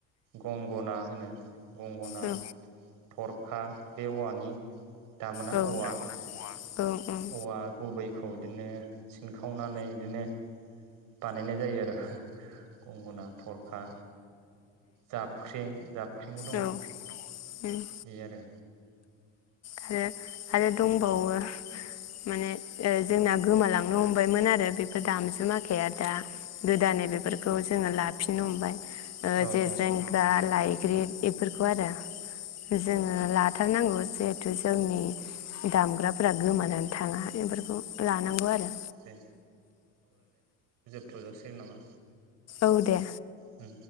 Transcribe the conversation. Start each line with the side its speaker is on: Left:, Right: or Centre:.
Right: गंगना होनो गंगना
Left: औ
Right: थर हा बे औवानि दामोना
Left: औ ओम
Right: औवा-औवा
Left: ओम औ ओम
Right: गुबै खौ बिदिनो सिनखावनानै इदिनो बानायनाय जायो आरो गंगना थरखा जाबख्रिं जाबख्रिंबो दङ
Left: औ ओम
Right: बे आरो
Left: जे आरो दंबावो माने जोंना गोमालांनो हमबायमोन आरो जे बे दामजुमाखाया दा गोदानै बेफोरखौ जोंङो ला फिननो हमबाय ओ
Right: औ
Left: जेज्रेंग्रा
Right: औ
Left: लाइक ग्रेट बेफोरखौ आरो जोंङो ला थारनांगौ जे जितु जोंनि दामग्राफोरा गोमानानै थाङा बेफोरखौ लानांगौ आरो
Right: दे थजासिगोन नामा
Left: औ दे
Right: ओम